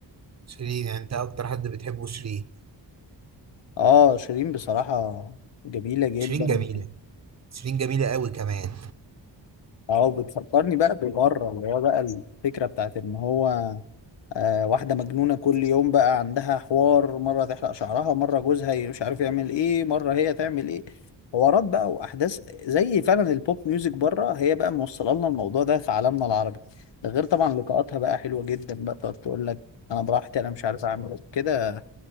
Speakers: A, on the right (about 40°); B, on the left (about 70°).
A: شيرين يعني انت اكتر حد بتحبه شيرين
B: آه شيرين بصراحة جميلة جدا
A: شيرين جميله شيرين جميله قوي كمان
B: اه بتفكرني بقى ببره اللي هو بقى الفكرة بتاعت ان هو آه، واحدة مجنونة كل يوم بقى عندها حوار مرة تحلق شعرها مرة جوزها ي- مش عارف يعمل ايه مرة هي تعمل ايه حوارات بقى وأحداث زي فعلا البوب ميوزك بره هي بقى موصلة لنا الموضوع ده في عالمنا العربي ده غير طبعا لقاءاتها بقى حلوة جدا بقى تقعد تقول لك أنا براحتي أنا مش عارف أعمل إيه. كده